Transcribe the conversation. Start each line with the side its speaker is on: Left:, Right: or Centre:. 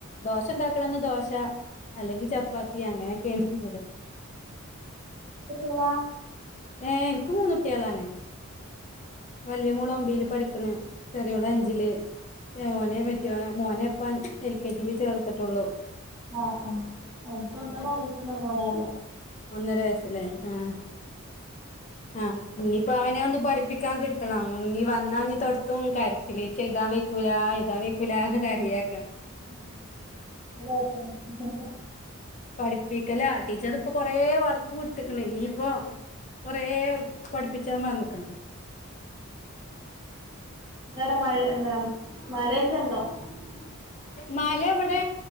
Left: ദോശണ്ടാക്കണന്ന് ദോശ അല്ലെങ്കി ചപ്പാത്തി അങ്ങനെക്കെയാണ് ഇവിടെ
Right: പ്പ പൂള
Left: ഏഹ് എനക്ക് മൂന്നൂട്ടികളാണ് വല്യ മോള് ഒമ്പീല് പഠിക്കണ് ചെറിയോളഞ്ചില് ഓനെ മറ്റോ മോനെപ്പം എൽ കെ ജില് ചേർത്തിട്ടുള്ളു
Right: ആഹ് ആ എനക്ക് ഒന്നര വയസ്സുള്ള മോനാള്ളെ
Left: ഒന്നര വയസ്സ്ള്ളേ ആഹ് ആ ഇന്നിപ്പോ അവനെ ഒന്ന് പഠിപ്പിക്കാൻ കിട്ടണം ഇനി വന്നാ ഇനി തൊടത്തും കര ഇലീച്ചെഴുതാൻ വെയ്ക്കൂല എയ്താൻ വെയ്ക്കൂല എന്ന് കരയാക്ക
Right: <unintelligible>
Left: പഠിപ്പിക്കലാ ടീച്ചറിപ്പൊ കൊറേ വർക്ക് വിട്ട്ക്കണ് ഇനീപ്പൊ കൊറെ പഠിപ്പിച്ചാ പറന്ക്കണ്
Right: ങ്ങാടെ മഴ എന്താ മലയെക്കെണ്ടോ ഉ
Left: മലവ്ടെ